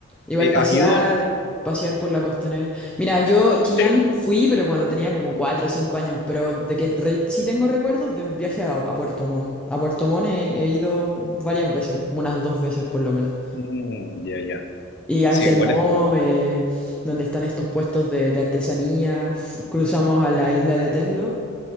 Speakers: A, in the centre; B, on the left.
A: Igual
B: Eh,
A: pasear,
B: ¿has ido?
A: pasear por la costanera. Mira, yo Chillán
B: Sí.
A: fui, pero cuando tenía como cuatro o cinco años, pero de que re- sí tengo recuerdos de un viaje a, a Puerto Montt. A Puerto Montt he, he ido varias veces, unas dos veces por lo menos.
B: Mm, ya, ya.
A: Y Ángel
B: Sí, igual
A: Mo,
B: es.
A: eh, donde están estos puestos de, de artesanía. F- Cruzamos a la isla de Tenlo,